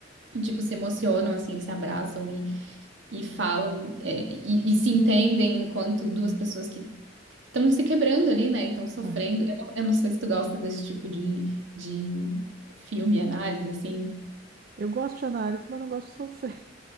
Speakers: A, on the right (about 75°); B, on the right (about 50°).
A: Tipo, se emocionam, assim, se abraçam e, e falam, é, e, e se entendem enquanto duas pessoas que estão se quebrando ali, né, e estão sofrendo.
B: aham.
A: Eu não, eu não sei se tu gosta desse tipo de, de filme, análise, assim.
B: Eu gosto de análise, mas não gosto de sofrer.